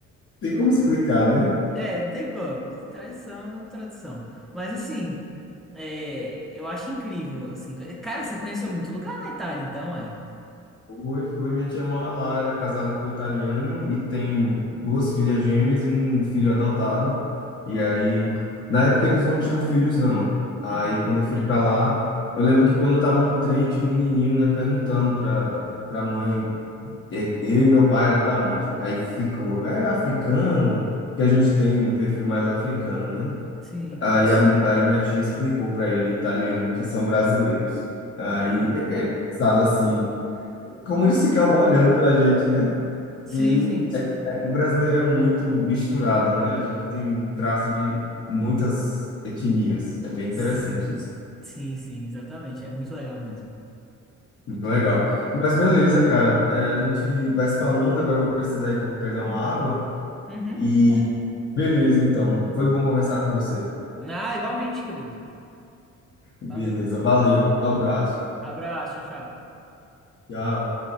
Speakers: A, on the left; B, in the centre.
A: Tem como explicar, né?
B: É, não tem como. Tradição é tradição. Mas assim, é, eu acho incrível, assim. Cara, você conheceu muito lugar na Itália, então, é?
A: foi foi minha tia mora lá, ela é casada com um italiano e tem duas filhas gêmeas e um filho adotado. E aí, na época eles não tinham filhos, não. Aí,
B: Uhum.
A: quando eu fui pra lá, eu lembro que quando eu tava no trem, tinha um menininho, né, perguntando pra, pra mãe, é, eu e meu pai era da onde? Aí ficou, é africano, que a gente tem um perfil mais africano, né?
B: Sim.
A: Aí, a, aí minha tia explicou pra ele, italiano, que são brasileiros. Aí,
B: Aham.
A: é é engraçado assim como eles ficavam olhando para a gente, né?
B: Sim,
A: Que
B: sim.
A: o brasileiro é muito misturado, né? A gente tem um traço de muitas etnias. É bem interessante
B: Sim,
A: isso.
B: sim, sim, exatamente. É muito legal mesmo.
A: Muito
B: Muito
A: legal.
B: massa.
A: Mas beleza, cara. É, a gente vai se falando. Agora eu vou precisar ir que eu vou pegar uma água.
B: Uhum.
A: E beleza, então. Foi bom conversar com você.
B: Ah, igualmente, querido.
A: Beleza,
B: Valeu.
A: valeu. Um abraço.
B: Abraço, tchau, tchau.
A: Tchau.